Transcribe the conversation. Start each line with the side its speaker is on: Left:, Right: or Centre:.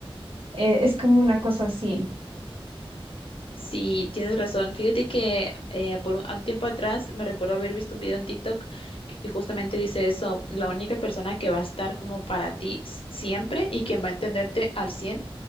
Right: Eh, es como una cosa así.
Left: Sí, tienes razón. Fíjate que eh, por un un tiempo atrás me recuerdo haber visto un video en TikTok que justamente dice eso, la única persona que va a estar como para ti siempre y quien va a entenderte al 100